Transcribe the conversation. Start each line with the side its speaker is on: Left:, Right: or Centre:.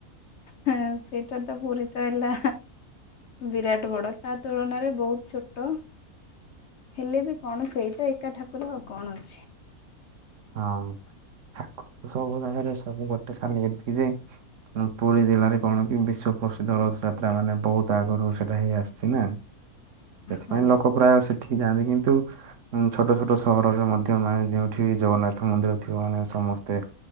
Left: ହଁ ସେଇଟା ତ ପୁରୀ ତ ହେଲା ବିରାଟ ବଡ ତା ତୁଳନାରେ ବହୁତ ଛୋଟ। ହେଲେ ବି କଣ ସେଇ ତ ଏକା ଠାକୁର ଆଉ କଣ ଅଛି।
Right: ହଁ ସବୁ ଠାକୁର ସବୁ ଜାଗାରେ ସବୁ ଗୋଟେ <unintelligible> ଏତିକି ଯେ କଣ ପୁରୀ ଜିଲ୍ଲାରେ କଣ କି ବିଶ୍ୱ ପ୍ରସିଦ୍ଧ ର ଥ ଯାତ୍ରା ମାନେ ବହୁତ ଆଗରୁ ସେଟା ହେଇ ଆସିଚି ନା ସେଥିପାଇଁ
Left: ହଁ।
Right: ଲୋକ ପ୍ରାୟ ସେ ଠିକି ଯାଆନ୍ତି କିନ୍ତୁ ଉଁ ଛୋଟ ଛୋଟ ସହରରେ ମଧ୍ୟ ମାନେ ଯେଉଁଠି ଜଗନ୍ନାଥ ମନ୍ଦିର ଥିବ ମାନେ ସମସ୍ତେ